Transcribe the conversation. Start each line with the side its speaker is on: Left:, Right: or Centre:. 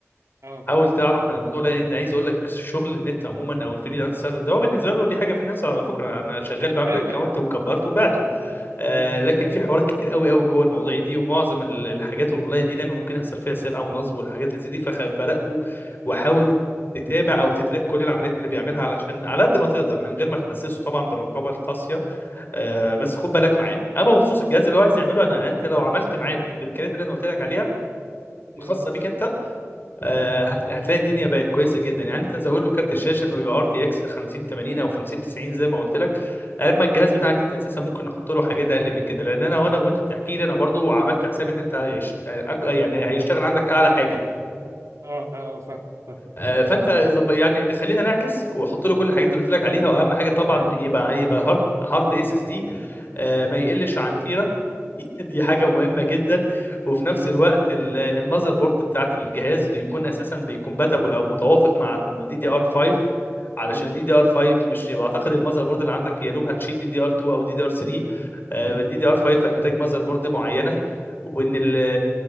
Right: اه
Left: حاول تعرف من الموضوع ده لان عايز اقول لك الشغل النت عموما او الفريلانسر ده هو بالنسبه له دي حاجه فريلانسر على فكره انا شغال بعمل
Right: ايوه
Left: اكونت
Right: ايوه
Left: وكبرته وبعته آه،
Right: مم.
Left: لكن في حوارات كتير قوي قوي جوه المواضيع دي ومعظم ال- الحاجات الاونلاين دي دايما ممكن يحصل فيها سرقه ونصب والحاجات اللي زي دي فخ- فراقبه وحاول تتابع او تتراك كل العمليات اللي بيعملها علشان على قد ما تقدر من غير ما تحسسه طبعا بالرقابه القاسيه آه، بس
Right: مم.
Left: خد بالك معاه اما بخصوص الجهاز اللي هو عايز يعمله انا انت لو عملت معاه الامكانيات اللي انا قلت لك عليها الخاصه
Right: مم.
Left: بيك انت آه،
Right: اه
Left: <laughs> هت- هتلاقي الدنيا بقت كويسه جدا يعني انت زود له كارت الشاشه انه يبقى ار تي اكس 50 80 او 50 90 زي ما قلت لك اما الجهاز بتاعك
Right: مم.
Left: انت اساسا ممكن نحط له حاجات اقل من كده لان انا وانا وانت بتحكي لي انا برضو عملت حساب ان انت هيش- أك- يعني هيشتغل عندك اعلى حاجه
Right: اه اه آه. فاهم فاهم
Left: آه، فانت ظب- يعني خلينا نعكس واحط له كل الحاجات اللي قلت لك عليها واهم حاجه طبعا
Right: طيب
Left: يبقى هيبقى هارد هارد اس اس دي ما يقلش عن تيرا <laughs> دي حاجة
Right: اه
Left: مهمة جدا وفي نفس
Right: مم.
Left: الوقت ال- المذر بورد بتاعت الجهاز بيكون أساسا بيكومباتبل أو متوافق مع الدي دي ار 5
Right: مم.
Left: علشان
Right: مم.
Left: الدي دي ار 5 مش بعتقد المذر بورد اللي عندك يا دوب هتشيل دي دي ار 2 أو دي دي ار 3
Right: مم.
Left: الدي دي ار 5 هتحتاج مذر بورد معينة وإن ال